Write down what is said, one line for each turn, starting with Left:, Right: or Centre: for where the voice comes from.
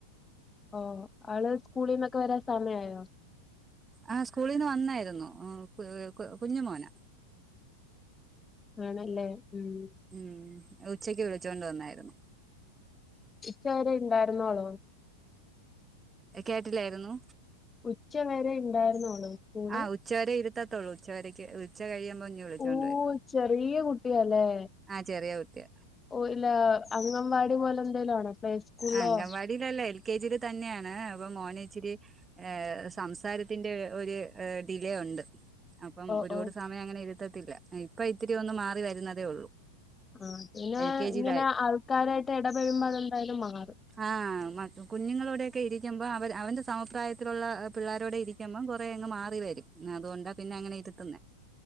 Left: ഓഹ് ആള് സ്കൂളീന്നൊക്കെ വരാൻ സമയായോ?
Right: ആഹ് സ്കൂളീന്ന് വന്നായിരുന്നു. ഏഹ് ക് കു കു കുഞ്ഞു മോനാ.
Left: ആണല്ലേ ഉംഹ്.
Right: ഉംഹ്. ഉച്ചക്ക് വിളിച്ചോണ്ട് വന്നായിരുന്നു.
Left: ഉച്ചവരെ ഉണ്ടായിരുന്നോളോ
Right: കേട്ടില്ലായിരുന്നു
Left: ഉച്ചവരെ ഉണ്ടായിരുന്നോള്ളു സ്കൂള്
Right: ആ ഉച്ചവരെ ഇരുത്തത്തുള്ളൂ ഉച്ചവരെക്ക് ഉച്ച കഴിയുമ്പോ വിളിച്ചൊണ്ടരും
Left: ഓ ചെറിയ കുട്ടിയാല്ലേ
Right: ആ ചെറിയ കുട്ടിയ
Left: ഓ ഇല്ല അംഗൻവാടി പോലെ എന്തേലും ആണോ പ്ലേ സ്കൂളിലോ
Right: അങ്കൻവാടിയിലല്ലഎൽ കെ ജിൽ തന്നെയാണ് അപ്പൊ മോനേച്ചിരി ഏഹ്‌ സംസാരത്തിന്റെ ഒരു ഡിലെയുണ്ട് അപ്പം
Left: ഓ
Right: ഒരുപാട്
Left: ഓ
Right: സമയം അങ്ങനെ ഇരുത്തത്തില്ല ഇപ്പ ഇത്തിരി ഒന്ന് മാറി വരുന്നതേ ഉള്ളൂ
Left: ആഹ് പിന്നെ
Right: എൽ കെ ജിയിലായി
Left: ഇങ്ങനെ ആൾക്കാരായിട്ട് ഇടപെഴമ്പോ അതെന്തായാലും മാറും
Right: ആഹ് മ കുഞ്ഞുങ്ങളോടെയൊക്കെ ഇരിക്കും അപ്പൊ അവ അവന്റെ സമപ്രായത്തിലുള്ള പിള്ളോരോടെ ഇരിക്കുമ്മം കൊറേ അങ്ങ് മാറി വരും അതുകൊണ്ടാ പിന്നെ അങ്ങനെ ഇരുത്തുന്നെ